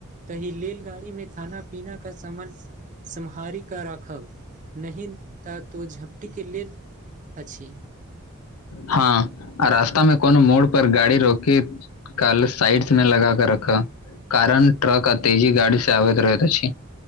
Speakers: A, on the right (about 35°); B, on the left (about 80°).
A: तहि लेलगाड़ी मे खाना पीना के सामान। सम्हारी क राखव नहि त तो झपटी के लेल। अछि।
B: हँ, आ रास्ता मे कोनो मोड़ पर, गाड़ी रोकी काल साइडस में लगा के रख, कारण ट्रक आ तेजी गाड़ी से आबैत रहैत अछि।